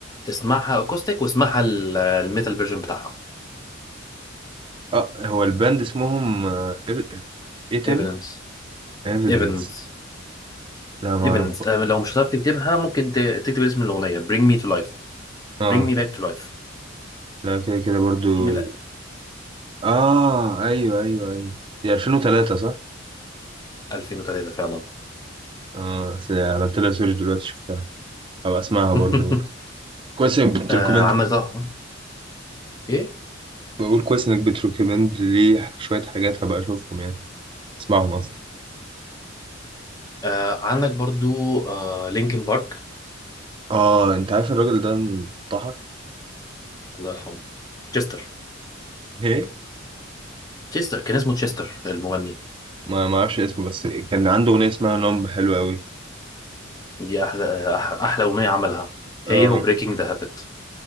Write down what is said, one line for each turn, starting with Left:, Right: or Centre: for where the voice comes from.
Left: اسمعها اكوستيك واسمعها ال- الميتال فيرجن بتاعها
Right: اه هو الباند اسمهم آه، إير- ايه تاني؟
Left: ايفيدنس
Right: ايفيدنس
Left: ايفنت
Right: لا ما
Left: ايفنت
Right: اعرف
Left: لو مش هتعرف تكتبها ممكن ت- تكتب اسم الاغنيه Bring me to life
Right: اه
Left: Bring me back to life
Right: لا كده كده برضو
Left: من
Right: اه ايوه ايوه ايوه دي 2003 صح؟
Left: 2003 فعلا
Right: اه بس عملت لها سيرش دلوقتي شفتها هبقى اسمعها برضو
Left: <laughs>
Right: كويس انك بتريكومند
Left: آه عندك طه ايه
Right: بقول كويس انك بتريكومند لي شوية حاجات هبقى اشوفهم يعني اسمعهم اصلا
Left: آه عندك برضو آه لينكن بارك
Right: اه انت عارف الراجل ده انتحر؟
Left: الله يرحمه تشستر
Right: ايه؟
Left: تشستر كان اسمه تشستر المغني
Right: ما ما اعرفش اسمه بس كان عنده اغنية اسمها نوم حلوة قوي
Left: دي احلى آه، أح- احلى اغنيه عملها هي
Right: اه
Left: وبريكنج ذا هابت